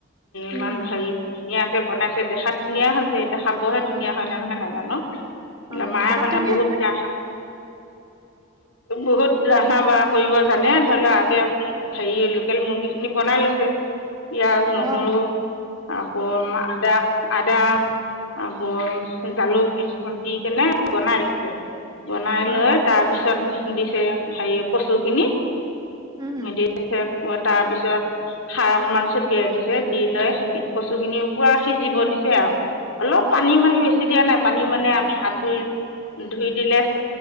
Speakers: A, on the left; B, on the right.
A: ইমান
B: উম
A: হেৰি ধুনীয়াকে বনাইছে দেখাত ধুনীয়া হৈছে এতিয়া খাবহে ধুনীয়া হয় নে নহয় নাজানো ন
B: অ
A: মায়ে
B: দেখাত
A: মানে
B: ধুনীয়া
A: বহুত কে বহুত ৰন্ধা বঢ়া কৰিব জানে ধৰি লও আগে হেৰি লোকেল মুৰ্গী খিনি বনাই লৈ পিঁয়াজ নহৰু
B: অ
A: আকৌ আদা আদা আকৌ জালুক দি কেনে বনাই দিছে বনাই লৈ
B: অ
A: তাৰপিছত দিছে হেৰি কচু খিনি
B: উম
A: দিছে তাৰ পিছত খাৰ অকমান ছটিয়াই দিছে দি লৈ সেই কচু খিনি পুৰা সিজিব দি আৰু অলপ পানী মানে
B: অ
A: বেছি দিয়া নাই পানী মানে আমি হাত ধই ধুই দিলে